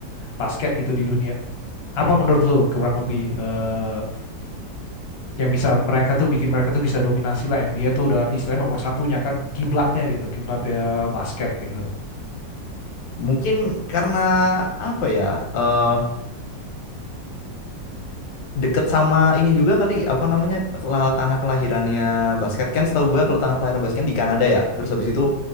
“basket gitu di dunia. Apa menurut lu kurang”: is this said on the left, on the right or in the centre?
Left